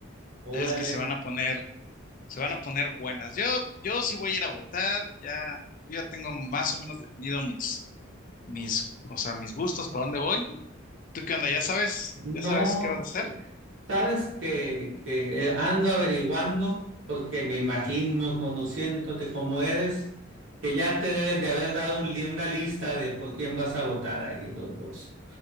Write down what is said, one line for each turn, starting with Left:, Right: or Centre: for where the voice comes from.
Right: Órale.
Left: Ya es que se van a poner, se van a poner buenas. Yo, yo sí voy a ir a votar, ya, yo ya tengo más o menos definido mis, mis, o sea, mis gustos, para dónde voy. ¿Tú qué onda? ¿Ya sabes?
Right: No,
Left: ¿Ya sabes qué vas a hacer?
Right: sabes que, que ando averiguando porque me imagino, conociéndote como eres, que ya te deben de haber dado un li- una lista de por quién vas a votar ahí los dos.